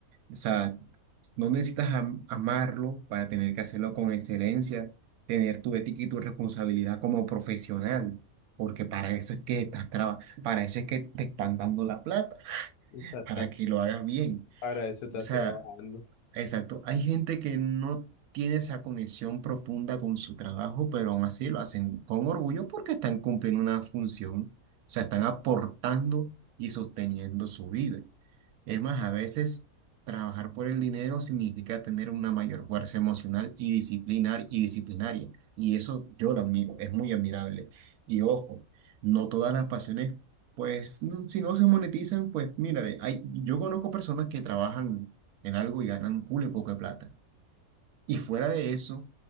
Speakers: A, on the right; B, on the left.
A: O sea, no necesitas am- amarlo para tener que hacerlo con excelencia, tener tu ética y tu responsabilidad como profesional, porque para eso es que estás trabajando para eso es que te están dando la plata, <laughs>
B: exactamente.
A: para que lo hagas bien.
B: Para eso estás
A: O sea,
B: trabajando.
A: Exacto. Hay gente que no tiene esa conexión profunda con su trabajo, pero aún así lo hacen con orgullo porque están cumpliendo una función, o sea, están aportando y sosteniendo su vida. Es más, a veces trabajar por el dinero significa tener una mayor fuerza emocional y disciplinar y disciplinaria. Y eso yo lo admiro, es muy admirable. Y ojo, no todas las pasiones, pues, mm, si no se monetizan, pues mira, ve, hay, yo conozco personas que trabajan en algo y ganan cule poco de plata. Y fuera de eso,